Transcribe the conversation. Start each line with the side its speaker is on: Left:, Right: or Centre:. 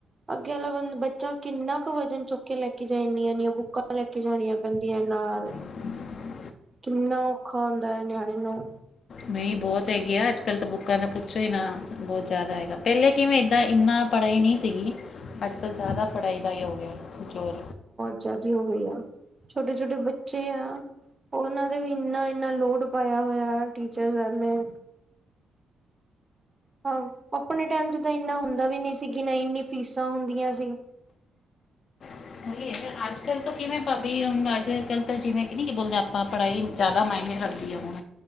Right: ਅੱਗੇ ਵਾਲਾ ਬੱ ਬੱਚਾ ਕਿੰਨਾ ਕ ਵਜ਼ਨ ਚੁੱਕ ਕੇ ਲੈ ਕੇ ਜਾਏ, ਏਨੀਆਂ- ਏਨੀਆ ਬੁੱਕਾਂ ਲੈ, ਲੈ ਕੇ ਜਾਣੀਆਂ ਪੈਂਦੀਆਂ ਨਾਲ,
Left: ਹ
Right: ਕਿੰਨਾ ਔਖਾ ਹੁੰਦਾ ਹੈ ਨਿਆਣੇ ਨੂੰ,
Left: ਨਹੀਂ ਬਹੁਤ ਹੈਗੀ ਆ, ਅੱਜ ਕੱਲ੍ਹ ਤਾਂ ਬੁੱਕਾਂ ਦਾ ਪੁੱਛੋ ਹੀ ਨਾ, ਬਹੁਤ ਜ਼ਿਆਦਾ ਹੈਗਾ, ਪਹਿਲੇ ਕਿਵੇਂ ਏਦਾਂ ਇੰਨਾ, ਪੜ੍ਹਾਈ ਨਹੀਂ ਸੀਗੀ, ਅੱਜ ਕੱਲ੍ਹ ਜ਼ਿਆਦਾ ਪੜ੍ਹਾਈ ਦਾ ਜੋਰ ਹੈ ਜ਼ੋਰ,
Right: ਆਜ਼ਾਦੀ ਹੋ ਗਈ ਆ, ਛੋਟੇ ਛੋਟੇ ਬੱਚੇ ਆ, ਉਹਨਾਂ ਦੇ ਵੀ ਇੰਨਾ- ਇੰਨਾ ਲੋਡ ਪਾਇਆ ਹੋਇਆ ਟੀਚਰਾ ਨੇ, ਹਾਂ, ਆਪਣੇ ਟਾਈਮ ਚ ਤਾਂ ਇੰਨਾ ਹੁੰਦਾ ਵੀ ਨਹੀਂ ਸੀ, ਕਿ ਨਹੀਂ ਇੰਨੀ ਫੀਸਾਂ ਹੁੰਦੀਆਂ ਸੀ।
Left: ਹ ਆਜ ਕੱਲ ਅੱਜਕੱਲ ਤੋਂ ਕਿਵੇਂ ਭਾਾਬੀ ਹੁਣ ਅੱਜ ਕੱਲ੍ਹ ਤਾਂ ਜਿਵੇਂ ਕਿ ਨਹੀਂ ਕਿ ਬੋਲਦੇ ਆਪਾਂ ਪੜ੍ਹਾਈ ਜ਼ਿਆਦਾ ਮਾਇਨੇ ਰੱਖਦੀਏ ਹੁਣ,